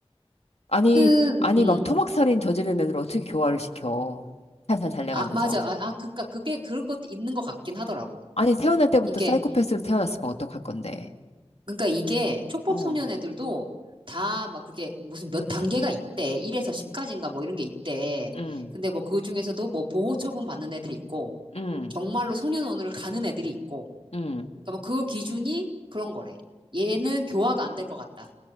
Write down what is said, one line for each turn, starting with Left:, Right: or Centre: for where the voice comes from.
Left: 아니,
Right: 그,
Left: 아니,
Right: 음,
Left: 막 토막살인 저지른 애들 어떻게 교화를 시켜? 살살 달래가면서.
Right: 아, 맞아. 아, 아, 그러니까 그게 그런 것도 있는 것 같긴 하더라고.
Left: 아니, 태어날 때부터
Right: 이게,
Left: 사이코패스로 태어났으면 어떡할 건데.
Right: 그러니까 이게 촉법소년
Left: 어,
Right: 애들도 다 막 그게 무슨 몇 단계가 있대. 1에서 10까지인가 뭐 이런 게 있대.
Left: 응,
Right: 근데 뭐 그 중에서도 뭐 보호 처분 받는 애들이 있고,
Left: 응,
Right: 정말로 소년원을 가는 애들이 있고,
Left: 응.
Right: 그러니까 뭐 그거 기준이 그런 거래. 얘는 교화가 안 될 것 같다.